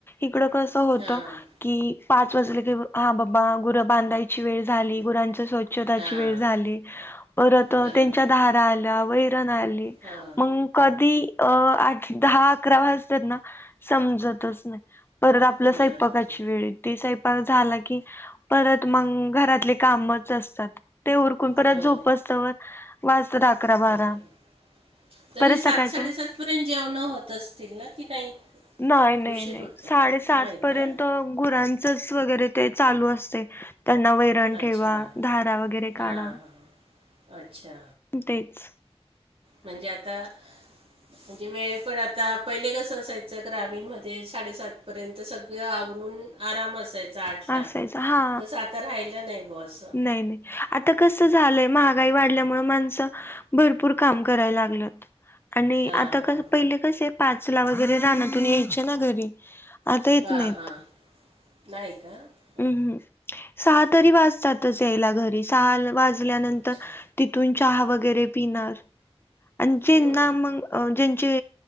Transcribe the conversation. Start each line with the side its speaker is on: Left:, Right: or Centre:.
Left: इकडं कस होत
Right: हां,
Left: की पाच वाज की हा बाबा गुर बांधायची वेळ झाली गुरच स्च्छताची
Right: हां.
Left: वेळ झाली परत
Right: बरोबर
Left: त्यांच्या
Right: आहे.
Left: ारा आल्या वैरण आली
Right: हो,
Left: मग कधीठ दहा अकरा वाज त्यांना समजतच नाही परत आपलं
Right: बरोबर
Left: साहेपाकाची
Right: आहे.
Left: वेळ ते सा क म घात काम असतात णपर्ंत
Right: हो,
Left: झोप असत व वाजतात अकरा बारा
Right: बरं आहे. तरी
Left: परत
Right: सात
Left: सकाळचं
Right: साडेसात पर्यंत जेवण होत असतील ना की नाही
Left: नाही नाही
Right: उशीर
Left: नाही
Right: होतो?
Left: साडेसात
Right: नाही
Left: पर्यंत
Right: का?
Left: गुरां वगैरे ते चालू असते त्यांना वैरण
Right: अच्छा.
Left: ठेवा धारा वगैरे
Right: हां,
Left: काढा
Right: हां. अच्छा
Left: तेचबल्ब
Right: म्हणजे आता <unintelligible> म्हणजे वेळ पण आता पहिले कसं असायचं ग्रामीणमध्येध्ये साडेसात पर्यंत सगळं आवरून आराम असायचा आठला
Left: असायच हा
Right: तस आता राहिलं नाही ब असं
Left: नाही नाही आता कसं झालंय महागाई वाढल्यामुळे माणसं भरपूर काम करायला लागल <unintelligible> आणि
Right: हां
Left: आता
Right: हां
Left: कस पहिले कसे आहे पाचला वगैरे रानातून यायचे ना घरी आता येत
Right: हा
Left: नाहीत
Right: हा नाही का <unintelligible>
Left: हम्म हम् सहा तरी वाजतातच यायला घरी सहा वाजल्यानंतर
Right: अच्छा.
Left: तिथून चहा वगैरे पिणार आणि जेना
Right: हम्म
Left: मग अ ज्यांचे